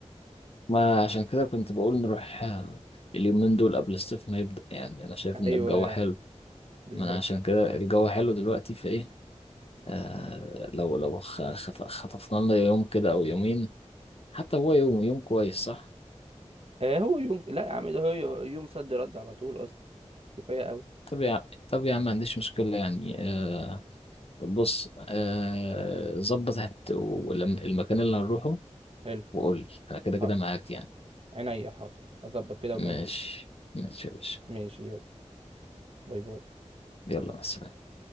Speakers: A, on the left (about 55°); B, on the right (about 55°).
A: ما عشان كده كنت بقول نروح آه، اليومين دول قبل الصيف ما يبدا يعني انا شايف
B: ايوه
A: ان الجو حلو
B: بالظبط
A: ما انا عشان كده الجو حلو دلوقتي فايه آه لو لو خ- خط- خطفنا لنا يوم كده او يومين حتى هو يوم يوم كويس صح
B: آه، هو يوم لا يا عم ده هو يوم صد رد على طول اصلا كفاية أوي
A: طب يا عم طب يا عم ما عنديش مشكله يعني آه بص آه ظبط هت- ولم- المكان اللي هنروحه
B: حلو
A: وقول لي انا كده كده
B: حاضر
A: معاك يعني
B: عينيا حاضر أظبط كده وأكلمك
A: ماشي ماشي يا باشا
B: ماشي يابا باي باي
A: يلا مع السلامة